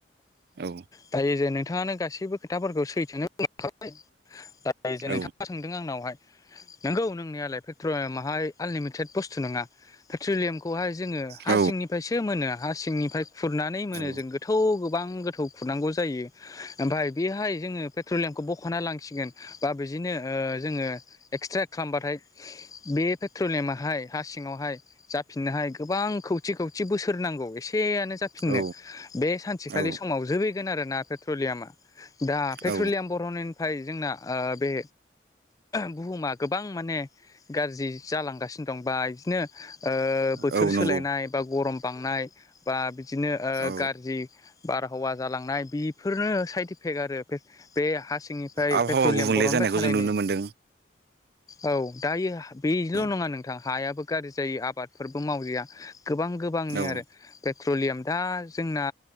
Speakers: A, on the right; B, on the left.
A: औ
B: दायो जे नोंथाङानो गासैबो खोथाफोरखौ सैथोनो बुंलांखाबाय दा जे
A: औ
B: नोंथाङा सोंदों आंनावहाय नंगौ नोंनियालाय पेट्रलियामाहाय आनलिमिटेड बुस्थु नङा पेट्रलियामखौहाय जोङो हा
A: औ
B: सिंनिफ्रायसो मोनो हा सिंनिफ्राय खुरनानै मोनो
A: औ
B: जों गो थौ गोबां गोथौ खुरनांगौ जायो ओमफ्राय बेहाय जोङो पेट्रलियामखौ बखना लांसिगोन। बा बिदिनो ओ जोङो एक्सट्रा खालामबाथाय बे पेट्रलियामाहाय हा सिङावहाय जाफिननोहाय गोबां खौथि खौथि बोसोर नांगौ एसेयानो जाफिननो
A: औ
B: बे सानसेखालि
A: औ
B: समाव जोबहैगोन आरोना पेट्रलियाम दा पेट्रलियाम
A: औ
B: बरनायनिफ्राय जोंना ओ बे बुहुमा गोबां माने गाज्रि जालांगासिनो दं बा इदिनो ओ बोथोर
A: औ
B: सोलायनाय
A: नंगौ
B: बा गरम बांनाय बा बिदिनो ओ
A: औ
B: गाज्रि बारहावा जालांनाय बेफोरनो साइट एफेक्ट आरो बे हा सिंनिफ्राय
A: आबहावा
B: पेट्रलियाम
A: गुबुंले
B: बरनबाय
A: जानायखौ
B: थानायनि
A: जों नुनो मोनदों
B: औ दायो बेल
A: औ
B: नङा नोंथां हायाबो गाज्रि जायो आबादफोरबो मावयैया गोबां गोबांनि
A: औ
B: आरो। पेट्रलियाम दा जोंना